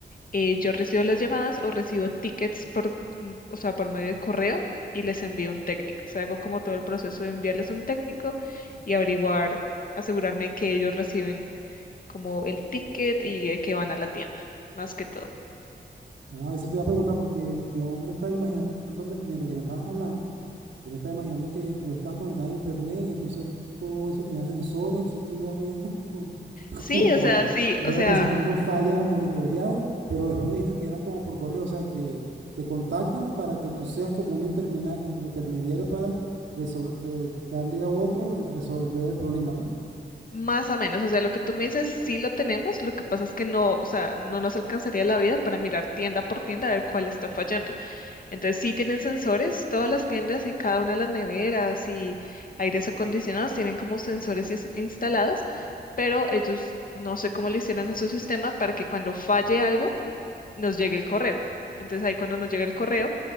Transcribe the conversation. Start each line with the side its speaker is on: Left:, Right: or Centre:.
Left: eh, yo recibo las llamadas o recibo tickets por, mm, o sea, por medio de correo y les envío un técnico. O sea, hago como todo el proceso de enviarles un técnico y averiguar, asegurarme que ellos reciben como el ticket y de que van a la tienda, más que todo.
Right: Ah, eso te iba a preguntar porque yo me estaba imaginando, me- mientras que me estabas hablando, yo me estaba imaginando que tú estabas conectada a internet y entonces todo eso tenía sensores, entonces tú ibas viendo <laughs>
Left: Sí,
Right: como que
Left: o sea, sí,
Right: te
Left: o
Right: iba
Left: sea,
Right: presentando fallas monitoreado, pero después me dijiste que eran como por correo, o sea, que te contactan para que tú seas como un intermena- intermediario para resol- re- darle a otro, el resolver el problema, ¿no?
Left: más o menos, o sea, lo que tú me dices sí lo tenemos, lo que pasa es que no, o sea, no nos alcanzaría la vida para mirar tienda por tienda a ver cuál está fallando. Entonces sí tienen sensores, todas las tiendas y cada una de las neveras y aires acondicionados tienen como sensores is- instalados, pero ellos no sé cómo le hicieron a su sistema para que cuando falle algo nos llegue el correo. Entonces ahí cuando nos llega el correo